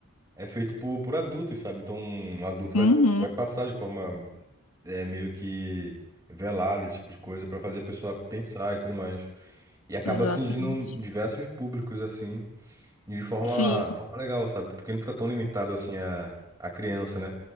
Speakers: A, on the right (about 15°); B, on the left (about 85°).
A: é feito por, por adultos, sabe? Então, um adulto
B: Uhum,
A: vai, vai passar de forma é, meio que velada, esse tipo de coisa, pra fazer a pessoa pensar e tudo mais. E acaba
B: exatamente.
A: atingindo diversos públicos, assim. E de forma,
B: Sim.
A: forma legal, sabe? Porque não fica tão limitado assim a, a criança, né?